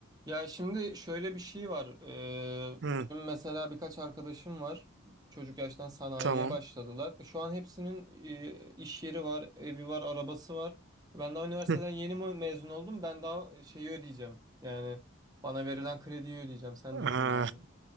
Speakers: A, on the right; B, on the right.
A: Ya şimdi şöyle bir şey var. Ee,
B: Hı,
A: benim mesela birkaç arkadaşım var. Çocuk yaştan sanayiye
B: tamam.
A: başladılar. E, Şu an hepsinin e, iş yeri var, evi var, arabası var. Ben daha üniversiteden
B: Hı.
A: yeni mi mezun oldum. Ben daha e, şeyi ödeyeceğim. Yani bana verilen krediyi ödeyeceğim. Sen
B: Aa,
A: düşün yani.